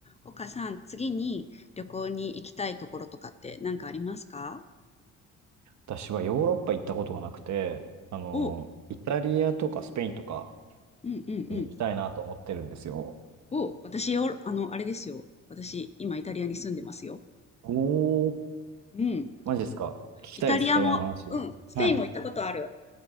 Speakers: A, on the left; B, on the right.
A: 岡さん、次に旅行に行きたいところとかって何かありますか
B: 私はヨーロッパ行ったことがなくて、あの、
A: お、う
B: イタリアとかスペインとか
A: んうんうん。
B: に行きたいなと思ってるんですよ。
A: お、私よ、あの、あれですよ。私、今イタリアに住んでますよ。
B: おー、
A: うん。
B: マジですか聞きたいです、
A: イタリアも、
B: イタリアの話。
A: うん。スペインも行ったことある。
B: はい。